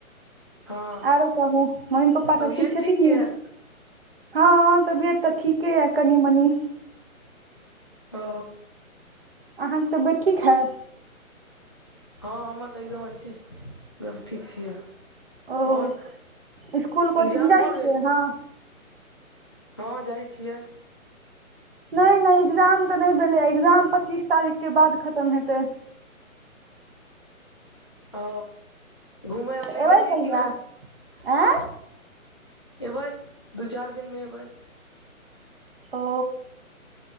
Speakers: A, on the left (about 20°); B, on the right (about 40°).
A: हँ
B: आओरो कहू मम्मी पप्पा
A: तबियत
B: सभ ठीक छथिन
A: यऽ
B: हाँ हाँ तबियत तऽ ठीके या कनि मनी
A: ओ
B: अहाँके तबीयत ठीक हा
A: हाँ हमर तऽ एकदम अच्छे एकदम ठीक छियै
B: ओ
A: आओर
B: स्कुल कोचिंग
A: एग्जाम
B: जाइ
A: भऽ गेल
B: छियै हँ
A: हाँ जाइ छियै
B: नहि नहि एग्जाम तऽ नहि भेलै एग्जाम पच्चीस तारीखके बाद खतम हेतै
A: ओ घूमैय आर
B: तऽ
A: लए
B: एबै
A: गेलियै
B: कहिया
A: कि नहि
B: आँय
A: एबै दू चारि दिनमे एबै
B: ओ